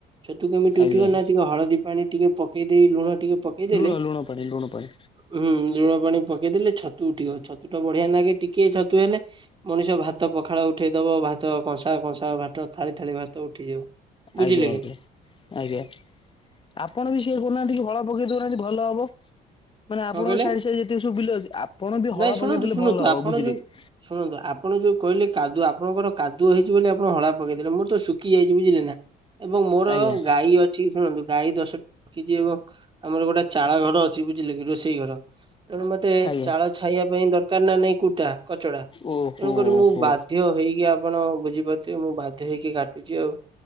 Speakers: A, on the right; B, on the left.
A: ଛତୁ କେମିତି
B: ଆଜ୍ଞା
A: ଉଠିବ? ନା ଟିକେ ହଳଦୀ ପାଣି ଟିକେ ପ କେଇ ଦେଇ, ଲୁଣ ଟିକେ ପକେଇଦେଲେ
B: ଲୁଣ ଲୁଣ ପାଣି ଲୁଣ ପାଣି
A: ହୁଁ, ଲୁଣ ପାଣି ପକେଇଦେଲେ ଛତୁ ଉଠିବ। ଛତୁ ତୁଟା ବଢିଆ ନାଗେ। ଟିକେ ଛତୁ ହେଲେ ମଣିଷ ଭାତ ପଖାଳ ଉଠେଇ ଦବ, ଭାତ କଂସା କଂସା କଂସା ଭାଟ ଥାଳି ଥାଳି ଭାତ ଉଠିଯିବ। ବୁଝିଲେ
B: ଆଜ୍ଞା, ଆଜ୍ଞା,
A: କି
B: ଆଜ୍ଞା। ଆପଣ ବି ସେୟା କରୁନାହାଁନ୍ତି କି, ହଳା ପକେଇ ଦଉନାହାଁନ୍ତି ଭଲ ହବ। ମାନେ ଆପଣଙ୍କ
A: କଣ କହିଲେ?
B: ସାଇଡ୍ ସାଇଡ୍ ଯେତିକି ସବୁ ବିଲ ଅଛି। ଆପଣ ବି
A: ନାଇଁ
B: ହଳା
A: ଶୁଣନ୍ତୁ
B: ପକେଇ ଦେଲେ
A: ଶୁଣନ୍ତୁ
B: ଭଲ
A: ଆପଣ
B: ହବ, ବୁଝିଲେ
A: ଯୋଉ
B: କି?
A: ଶୁଣନ୍ତୁ ଆପଣ ଯୋଉ କହିଲେ କାଦୁଅ, ଆପଣଙ୍କର କାଦୁଅ ହେଇଛି ବୋଲି ଆପଣ ହଳା ପକେଇ ଦେଲେ। ମୋର ତ ଶୁଖିଯାଇଛି ବୁଝିଲେ ନା ଏବଂ ମୋର
B: ଆଜ୍ଞା
A: ଗାଈ ଅ ଛି ଶୁଣନ୍ତୁ, ଗାଈ ଦଶଟି ରଖିଛି ଏବଂ ଆମର ଗୋଟେ ଚାଳ ଘର ଅଛି, ବୁଝ ଝିଲେ କି, ରୋଷେଇ ଘର। ତେଣୁ ମତେ ତେ
B: ଆଜ୍ଞା
A: ଚାଳ ଛାଇଆ ପାଇଁ ଦରକାର ନା ନାଇଁ, କୁଟା, କଚଡା। ତେଣୁକରି
B: ଓହୋ ଓହୋ
A: ମୁଁ ବାଧ ବାଧ୍ଯ ହେଇକି ଆପଣ ବୁଝିପାରୁଥିବେ, ମୁଁ ବାଧ୍ୟ ହେଇକି କାଟୁଚି ଆଉ।